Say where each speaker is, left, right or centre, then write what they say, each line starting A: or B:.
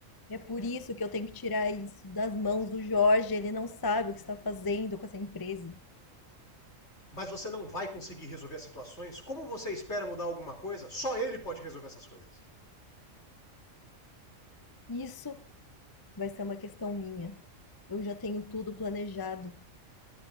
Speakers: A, on the left; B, on the left.
A: É por isso que eu tenho que tirar isso das mãos do Jorge, ele não sabe o que está fazendo com essa empresa.
B: Mas você não vai conseguir resolver as situações? Como você espera mudar alguma coisa? Só ele pode resolver essas coisas.
A: Isso Vai ser uma questão minha. Eu já tenho tudo planejado.